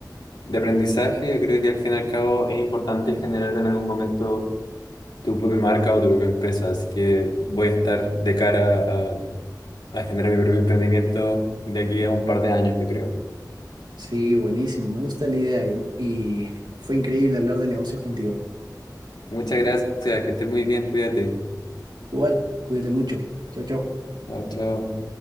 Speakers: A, on the left; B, on the right.
A: De aprendizaje, yo creo que al fin y al cabo es importante generar en algún momento tu propia marca o tu propia empresa, así que voy a estar de cara a, a generar mi propio emprendimiento de aquí a un par de años, yo creo.
B: Sí, buenísimo, me gusta la idea y, y fue increíble hablar de negocios contigo.
A: Muchas gracias, que estés muy bien, cuídate.
B: Igual, cuídate mucho. Chao, chao.
A: Chao, chao.